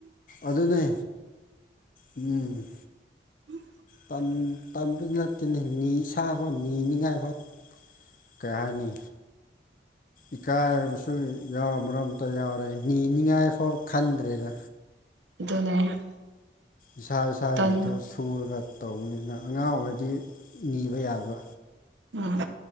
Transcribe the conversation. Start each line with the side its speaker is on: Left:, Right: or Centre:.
Left: ꯑꯗꯨꯅꯦ ꯎꯝ
Right: ꯎꯝ
Left: ꯇꯟ ꯇꯟꯕꯒꯤ ꯅꯠꯇꯦꯅꯦ ꯅꯤ ꯁꯥꯕ ꯅꯤ ꯅꯤꯅꯤꯉꯥꯏꯕ ꯀꯩ ꯍꯥꯏꯅꯤ ꯏꯀꯥꯏꯕꯁꯨ ꯌꯥꯎꯕ ꯃꯔꯣ ꯑꯇ ꯌꯥꯎꯔꯦ ꯅꯤꯅꯤꯡꯉꯥꯏꯐꯥꯎ ꯈꯟꯗ꯭ꯔꯦꯗ
Right: ꯑꯗꯨꯅꯦ
Left: ꯏꯁꯥ ꯏꯁꯥꯒꯤ
Right: ꯇꯟ
Left: ꯅꯠꯇꯒ ꯁꯨꯔꯒ ꯇꯧꯕꯅꯤꯅ ꯑꯉꯥꯡ ꯑꯣꯏꯔꯗꯤ ꯅꯤꯕ ꯌꯥꯕ꯫
Right: ꯎꯝ